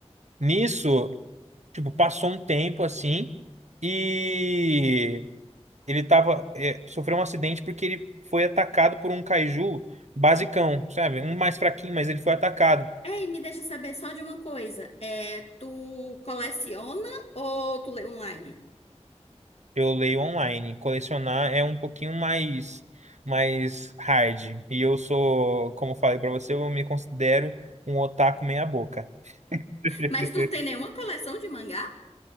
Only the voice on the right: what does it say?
Nisso, tipo, passou um tempo, assim, e ele tava, é, sofreu um acidente porque ele foi atacado por um kaiju basicão, sabe? Um mais fraquinho, mas ele foi atacado.
Eu leio online. Colecionar é um pouquinho mais mais hard. E eu sou, como eu falei pra você, eu me considero um otaku meia boca. <laughs>